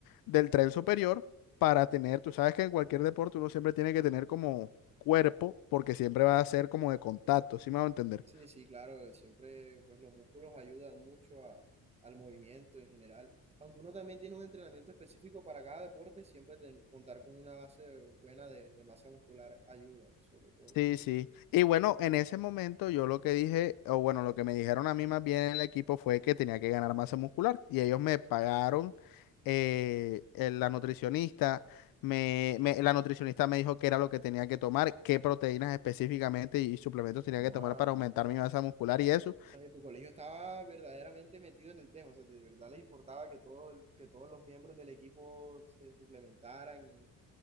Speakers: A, on the left; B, on the right.
A: del tren superior para tener, tú sabes que en cualquier deporte uno siempre tiene que tener como cuerpo porque siempre va a ser como de contacto, ¿sí me va a entender?
B: Sí, sí, claro, siempre pues los músculos ayudan mucho a- al movimiento en general. Aunque uno también tiene un entrenamiento específico para cada deporte, siempre ten- contar con una base buena de, de masa muscular ayuda, sobre todo.
A: Sí, sí. Y bueno, en ese momento yo lo que dije, o bueno, lo que me dijeron a mí más bien en el equipo fue que tenía que ganar masa muscular y ellos me pagaron, eh, el- la nutricionista, me, me- la nutricionista me dijo qué era lo que tenía que tomar, qué proteínas específicamente y, suplementos tenía
B: Oh,
A: que tomar
B: ah.
A: para aumentar mi masa muscular y eso.
B: O sea, que tu colegio estaba verdaderamente metido en el tema, o sea, de verdad les importaba que, todo el- que todos los miembros del equipo se suplementaran. y-